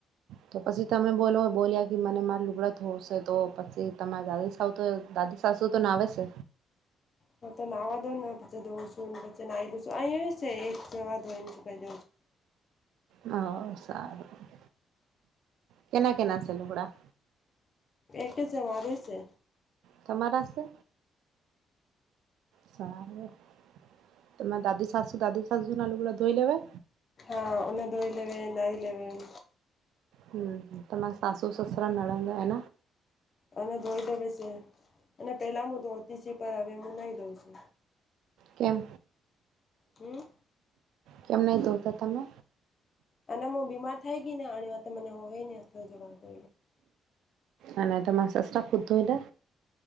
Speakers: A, on the right; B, on the left.
A: તો પછી તમે બોલો બોલ્યા કે મને મારે લુગડત હોશે તો પછી તમા દ તો દાદી સાસુ તો ના આવે છે.
B: હ તો નાવા દોન દોસ પ નાઈલસ છે એક જ ધ પ દ
A: હ સારું કેના કેના છે લુકડા
B: એક છે વા છે.
A: તમારા છે સારું તમામેરે દાદી શશુ દાદીી શાશુ આલુગુ ધોઈ લેવે
B: હ અને દ ઇલેવન આ ઇલેવન
A: હમ તમામ સાસુ સસુરા નળંદ એે
B: અને ધોઈ લે બે છે અને પેલા હું ધોતી છી પણ હવે હું નહી ધોઉં છુ.
A: કેમ
B: હમ્મ
A: કેમ નહી તોોતા તમે
B: અને હું બીમાર થાય ગઈ ને અને વા મને હોવેય ને થડો જો વાતો.
A: અને તો માસ ખુ તોું એટલે